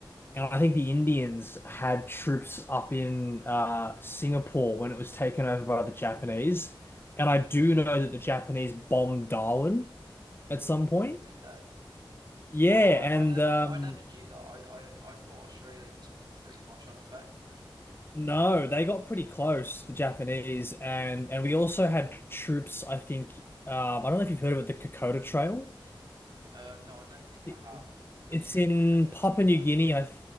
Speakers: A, on the left (about 25°); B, on the right (about 55°).
A: and I think the Indians had troops up in uh, Singapore when it was taken over by the Japanese. And I do know that the Japanese bombed Darwin at some point.
B: Did they?
A: Yeah,
B: Wow, I,
A: and
B: I never
A: um,
B: I never knew that. I, I I thought Australia was pretty much unaffected.
A: no, they got pretty close, the Japanese, and and we also had troops. I think um, I don't know if you've heard of it, the Kokoda Trail.
B: Uh, no, I don't think
A: It-
B: I have. But
A: It's
B: yeah,
A: in
B: feel free
A: Papua
B: to explain.
A: New Guinea. I th